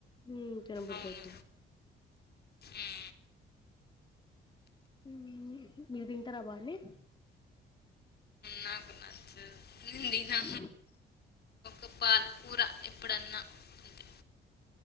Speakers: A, on the left; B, on the left.
A: ఉమ్ తిను బుద్ధి
B: అవును
A: అయితది
B: మ్మ్. మ్మ్,
A: అ మీరు తింటరా బాని
B: నాకు నచ్చదు నేను తినా
A: స
B: ఒక పాలకూర ఎప్పుడన్నా అంతే